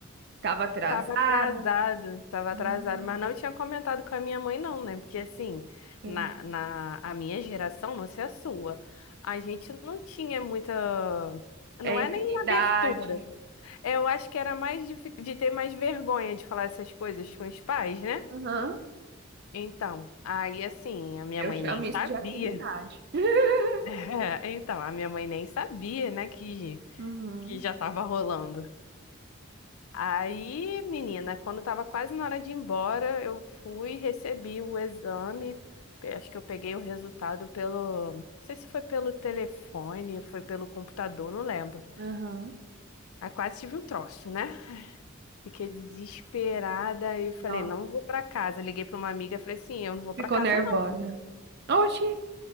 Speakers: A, on the right; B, on the left.
A: Estava atrasada?
B: tava atrasado, tava atrasado,
A: Hum,
B: mas não tinha comentado com a minha mãe não, né? Porque assim,
A: entendi.
B: na, na a minha geração, não sei a sua, a gente não tinha muita, não
A: É infinidade.
B: é nem abertura. Eu acho que era mais de, fi- de ter mais vergonha de falar essas coisas com os pais, né?
A: Aham.
B: Então, aí assim, a minha
A: Eu
B: mãe
A: chamo
B: nem sabia.
A: isso de afinidade. <laughs>
B: <laughs> Então, a minha mãe nem sabia, né, que,
A: Uhum.
B: que já tava rolando. Aí, menina, quando tava quase na hora de ir embora, eu fui, recebi o exame. pe- Acho que eu peguei o resultado pelo. Não sei se foi pelo telefone, foi pelo computador, não lembro.
A: Aham.
B: Aí quase tive um troço, né? Fiquei desesperada e falei,
A: Nossa,
B: não vou pra casa. Liguei pra uma amiga e falei assim, eu não vou
A: ficou
B: pra casa
A: nervosa.
B: não.
A: Oxi.